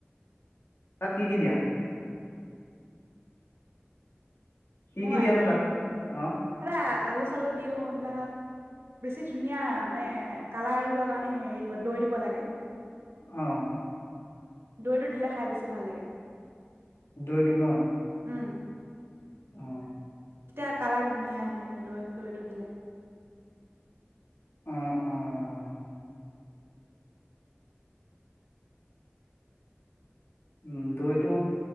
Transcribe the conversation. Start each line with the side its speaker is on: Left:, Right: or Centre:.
Left: তাত কি কি দিয়া কি
Right: মই
Left: কি দিয়ানো
Right: ইফালে
Left: তাত অ
Right: আলু চালু দিও এইবিলাকত বেছি ধুনীয়া মানে কালাৰ আহিবৰ কাৰণে হেৰি দিব দৈ দিব লাগে
Left: অহ
Right: দৈটো দিলে খাই বেছি ভাল লাগে
Left: দৈটো ন
Right: উম
Left: অ
Right: তেতিয়া কালাৰ টো ধুনীয়া আহে দৈ দৈটো দিলে
Left: অ অ উম দৈটো